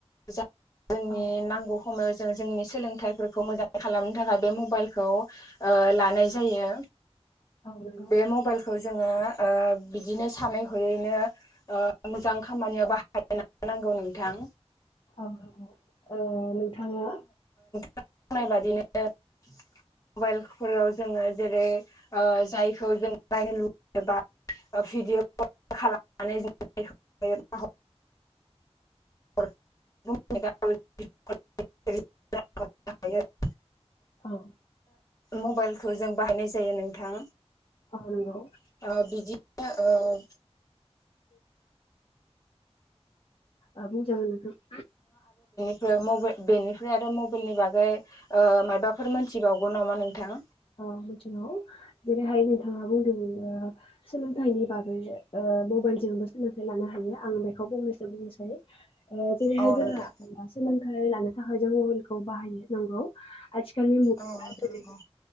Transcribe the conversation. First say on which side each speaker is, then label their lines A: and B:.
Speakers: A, on the left; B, on the left.
A: जोंनि
B: औ
A: नांगौ समाव जों जोंनि सोलोंथाइफोरखौ मोजाङै खालामनो थाखाय बे मबाइलखौ ओ लानाय जायो
B: औ नंगौ
A: बे मबाइलखौ जोङो ओ बिदिनो सानै हयैनो ओ मोजां खामानियाव बाहाय नांगौ नोंथां
B: औ ओ नोंथाङा
A: नाय बादिनो मबाइलफोराव जोङो जेरै ओ जायखौ जों नायनो लुबैयोबा भिडिअ खालामनानै <unintelligible> <unintelligible>
B: औ
A: मबाइलखौ जों बाहायनाय जायो नोंथां
B: <unintelligible> औ नंगौ
A: ओ बिदिनो ओ
B: ओ बुंजागोन <unintelligible>
A: माबा बेनिफ्राय आरो मबाइलनि बागै ओ मायाबाफोर मोनथिबावगौ नामा नोंथां
B: औ मिथिगौ जेरैहाय नोंथाङा बुंदों सोलोंथाइनि बागै ओ मबाइल जोंबो सोलोंथाइ लानो हायो आं बेखौ बुंनोसै बिनिसायाव ओ जेरैहाय
A: औ
B: जोंहा
A: नोंथां
B: सोलोंथायाइ लानो थाखाय जों मबाइलखौ बाहायनो नांगौ आथिखालनि मुगायाव
A: औ नोंथां
B: जेरै
A: नंगौ